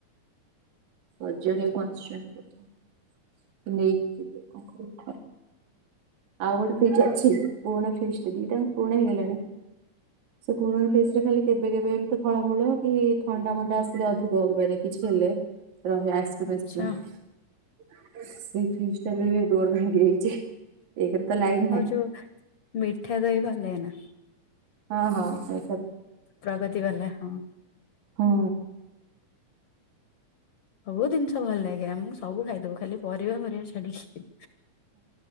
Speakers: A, on the right; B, on the left.
A: ସଜାଡ଼ି ବାକୁ ଆସିଛନ୍ତି ବଧେ ସେ ନେଇକି ଯିବେ କି କଣ କରିବେ। ଆଉ ଗୋଟେ ଫ୍ରିଜ ଅଛି ପୁରୁଣା ଫ୍ରିଜଟେ ଦିଇଟାଙ୍କ ପୁରୁଣା ହେଇଗଲାଣି। ସେ ପୁରୁଣା ଫ୍ରିଜ ରେ ଖାଲି କେବେ କେବେ ଏମିତି ଫଳମୂଳ କି ଥଣ୍ଡା ମଣ୍ଡା ଆସିଲେ ଅଧିକ ହାରେ କିଛି ହେଲେ। ରହେ ଆଇସିକ୍ରିମ
B: ଆଚ୍ଛା
A: ଫାଇସିକ୍ରିଁମ୍ ସେଇ ଫ୍ରିଜ ଟାର ବି ଡୋର୍ ଭାଙ୍ଗି ଯାଇଛି। ଏକ ରେ ତ ଲାଇ
B: ଆଉ ଯୋଉ ମିଠା ଦହି ଭଲ ଲାଗେନା।
A: ହଁ ହଁ ହେ
B: ପ୍ରଗତି ବାଲା ହଁ।
A: ହଁ।
B: ସବୁ ଜିନିଷ ଭଲ ଲାଗେ ଆମକୁ ସ ସବୁ ଖାଇଦବୁ ଖାଲି ପରିବା ଫରିବା ଛାଡିକି।